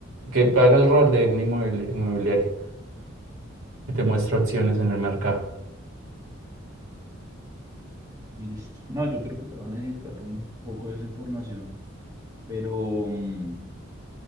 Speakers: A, on the right; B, on the right.
A: que haga el rol de un inmobili- inmobiliaria y te muestre opciones en el mercado.
B: Listo. No, yo creo que te van a necesitar un poco de esa información, pero mm,